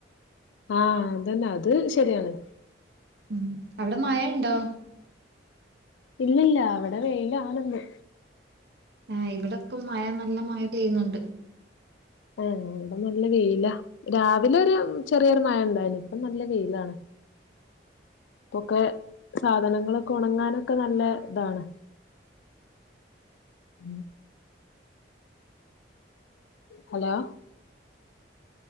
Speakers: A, on the left; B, on the right.
A: ആഹ് അതന്നെ അത് ശരിയാണ്
B: ഉം അവിടെ മഴണ്ടോ
A: ഇല്ലല്ല വിടെ വെയിലാണ്ന്ന്
B: ആഹ് ഇവിടെപ്പം മഴ നല്ല മഴ പെയ്യുന്നുണ്ട്
A: ആഹ് വിടെ നല്ല വെയില രാവിലൊരു ചെറ്യോരു മഴണ്ടായിന് ഇപ്പം നല്ല വെയിലാണ് പ്പൊക്കെ സാധനങ്ങളൊക്കെ ഉണങ്ങാനൊക്കെ നല്ല ഇതാണ് ഉം ഹലോ